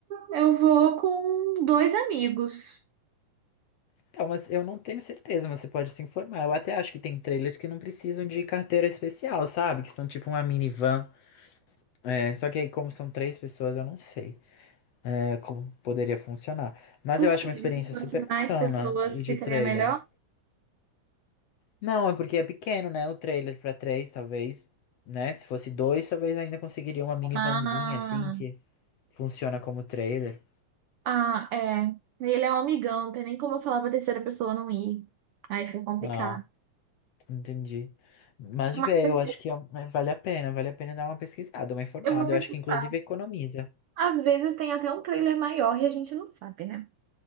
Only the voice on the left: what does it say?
Então, mas eu não tenho certeza, mas você pode se informar. Eu até acho que tem trailers que não precisam de carteira especial, sabe? Que são tipo uma minivan. É, só que aí, como são três pessoas, eu não sei, é, como poderia funcionar. Mas
eu acho uma experiência
super bacana
e de
trailer.
Não, é porque é pequeno, né? O trailer pra três, talvez, né? Se fosse dois, talvez ainda conseguiria uma minivanzinha
assim que funciona como trailer.
Ah, entendi. Mas
vê,
eu acho que é- é- vale a pena, vale a pena dar uma pesquisada, uma informada.
Eu acho que inclusive economiza.